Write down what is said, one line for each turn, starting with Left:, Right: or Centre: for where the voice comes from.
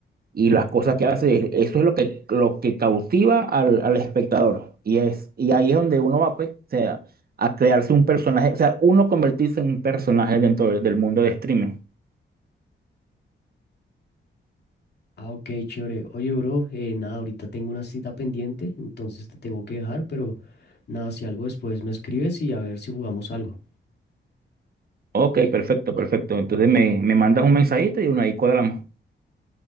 Right: y las cosas que hace, eso es lo que, lo que cautiva al, al espectador. Y, es, y ahí es donde uno va, pues, o sea, a crearse un personaje, o sea, uno convertirse en un personaje dentro de- del mundo de streaming.
Left: Ah, ok, chévere. Oye, bro, eh, nada, ahorita tengo una cita pendiente, entonces te tengo que dejar, pero nada, si algo después me escribes y a ver si jugamos algo.
Right: Ok, perfecto, perfecto. Entonces me, me mandas un mensajito y uno ahí cuadramos.